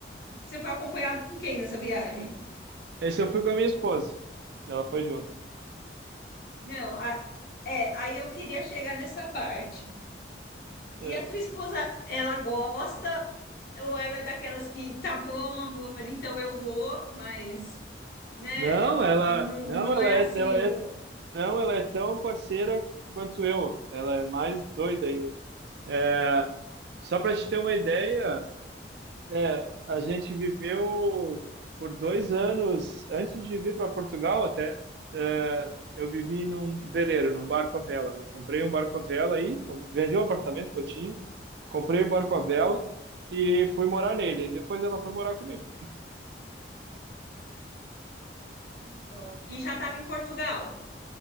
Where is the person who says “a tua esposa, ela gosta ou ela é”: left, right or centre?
Left